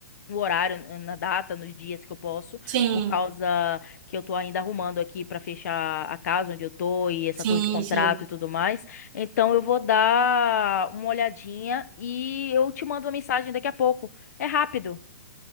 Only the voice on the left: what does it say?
no horário, na data, nos dias que eu posso,
por causa que eu tô ainda arrumando aqui para fechar a casa onde eu tô e essa
coisa de contrato
e tudo mais. Então eu vou dar uma olhadinha e eu te mando uma mensagem daqui a pouco. É rápido.